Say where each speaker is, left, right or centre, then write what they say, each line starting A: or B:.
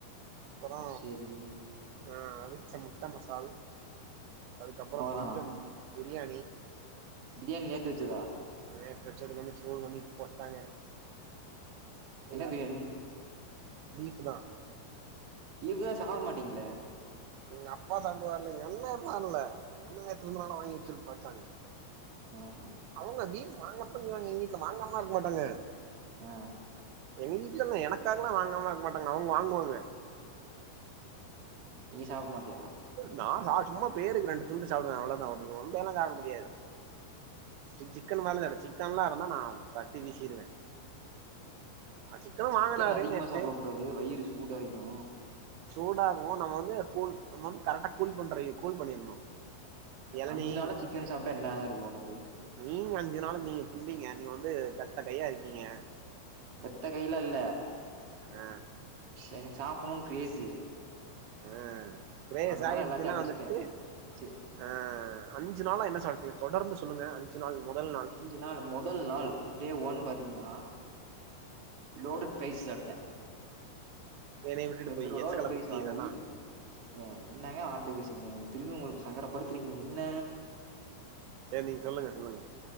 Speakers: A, on the right; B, on the right.
A: அப்பறோ
B: சரி.
A: ஆ அவிச்ச முட்ட மசால் அதுக்கப்றோ‌
B: அவ்வளோதானா?
A: கொஞ்சம் பிரியாணி
B: பிரியாணி நேத்து வச்சதா
A: நேத்து வச்சது கொஞ்சோ சூடு பண்ணி போட்டாங்க நீங்க
B: என்ன பிரியாணி?
A: பீஃப்ஃபு தா
B: பீஃப் தா சாப்ட மாட்டீங்ளே
A: எங்கப்பா சாப்டுவார்ல என்னைனானுல எங்கண்ணே நேத்து‌ இருந்தனால வாங்கி வச்சிருப்பாச்சாங்க
B: ஆ ஹா
A: அவுங்க பீஃப் வாங்கப்போயிருக்காங்க எங்வீட்ல வாங்காமலாருக்க மாட்டாங்க
B: ஆ
A: எங்வீட்லல்லா எனக்காகல்லா வாங்காமலா இருக்கமாட்டாங்க அவுங்க வாங்குவாங்க
B: நீ சாப்பிட மாட்டியா?
A: நா சா சும்மா பேருக்கு ரெண்டு துண்டு சாப்டுவே அவ்ளோ தா ரொம்பெல்லா சாப்ட முடியாது சி சிக்கன் மாரிலால்ல சிக்கன்ல்லா இருந்தா நா தட்டி வீசிருவே அ
B: சிக்கன்
A: வாங்குனாரு
B: அதிகமா
A: நேத்து
B: சாப்ட கூடாது வயிறு சூடாயிரு
A: சூடாகு நம்ம வந்து கூல் நம்ம வந்து கரெக்டா கூல் பண்ற கூல் பண்ணிர்ணு எளநி
B: அஞ்சு நாளா சிக்கன் சாப்ட்டா என்னாகுறது ஒடம்பு
A: மீனு அஞ்சு நாளு நீங்க திம்பீங்க நீங்க வந்து பெத்த கையா இருக்கீங்க
B: பெத்த கைலா இல்ல
A: ஆ
B: எனக்கு சாப்புணுன் கிரேஸு
A: ஆ கிரேஸ்ஸாயிருச்சுன்னா
B: அதனால எல்லாத்தையும் அடிச்சுட்டேன்.
A: வந்துட்டு
B: சரி
A: ஆ அஞ்சு நாளா என்ன சாப்ட்டிங்க தொடர்ந்து சொல்லுங்க அஞ்சு நாள் மொதல் நாள்
B: அஞ்சு நாள் மொதல் நாள் டே ஒன் பாத்தீங்கன்னா லோடு தயிர்ஸ் சாப்ட்டே
A: என்னைய விட்டுட்டு
B: ரெண்டு
A: போய்
B: <unintelligible>
A: எச்சக்கல
B: பெரிஸ்
A: புத்தி
B: வாங்கி
A: இதெல்லா
B: ஏங்க என்னங்க வார்த்த பேசுறீங்க திரும்பி ஒங்ளுக்கு சங்கடப்படுத்துறீங்க என்ன
A: செரி நீங்க சொல்லுங்க சொல்லுங்க